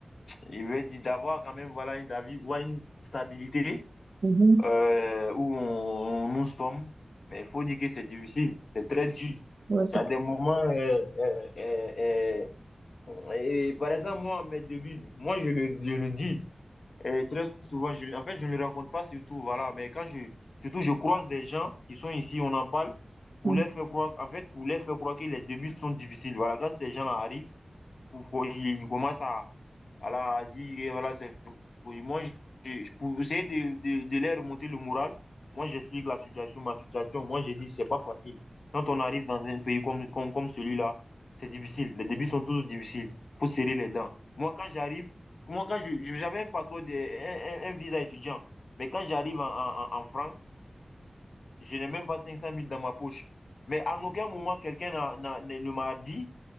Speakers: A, on the left; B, on the right.
A: il veut dire d'avoir quand même, voilà, une, avis- ouais, une stabilité
B: Mhm.
A: euh, où on, nous sommes. Mais il faut dire que c'est difficile, c'est très dur.
B: Ouais, c'est-
A: Il y a des moments, euh, euh, euh, euh, et par exemple, moi, à mes débuts, moi, je le, je le dis euh, très souvent, je, en fait, je ne le rencontre pas surtout, voilà, mais quand je, surtout, je croise des gens qui sont ici, on en parle, pour
B: Mhm.
A: les faire croire, en fait, pour les faire croire que les débuts sont difficiles, voilà, quand ces gens-là arrivent, pour- il commence à, à la à dire, eh, voilà, c'est... Moi, je- je- pour essayer de, de, de leur remonter le moral, moi, j'explique la situation, ma situation. Moi, j'ai dit, c'est pas facile. Quand on arrive dans un pays comme, comme, comme celui-là, c'est difficile. Les débuts sont toujours difficiles. Il Faut serrer les dents. Moi, quand j'arrive, comment quand je, j'avais un passeport, de, un, un- un visa étudiant, mais quand j'arrive en, en, en France, je n'ai même pas 500 mille dans ma poche. Mais à aucun moment, quelqu'un n'a, n'a- ne m'a dit